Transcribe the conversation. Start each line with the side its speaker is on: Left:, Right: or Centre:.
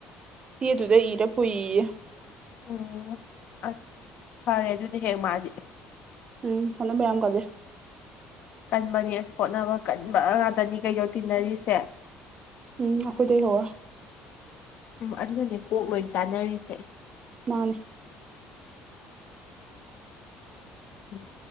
Right: ꯆꯦꯗꯨꯗ ꯏꯔ ꯄꯨꯏꯌꯦꯌꯦ
Left: ꯎꯝ ꯑꯁ ꯐꯔꯦ ꯑꯗꯨꯗꯤ ꯍꯦꯛ ꯃꯥꯗꯤ
Right: ꯎꯝ ꯍꯣꯠꯅꯕ ꯌꯥꯝ ꯀꯜꯂꯤ
Left: ꯀꯟꯕꯅꯤ ꯑꯁ ꯍꯣꯠꯅꯕ ꯀꯟꯕ ꯉꯥꯛꯇꯅꯤ ꯀꯩꯩꯅꯣ ꯇꯤꯟꯅꯔꯤꯁꯦ
Right: ꯎꯝ ꯑꯩꯈꯣꯏꯗꯩ ꯍꯧꯔ
Left: ꯎꯝ ꯑꯗꯨꯅꯅꯦ ꯀꯣꯛ ꯂꯣꯏ ꯆꯥꯅꯔꯤꯁꯦ
Right: ꯃꯥꯅꯦ
Left: <inaudible> ꯎꯝ